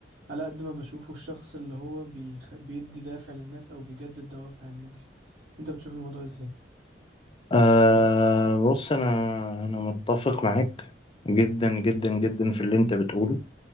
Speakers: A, on the right; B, on the left.
A: على قد ما بشوفه الشخص اللي هو بيخ... بيدي دافع للناس او بيجدد دوافع الناس انت بتشوف الموضوع ازاي؟
B: أه بص أنا أنا متفق معاك جدا جدا جدا في اللي أنت بتقوله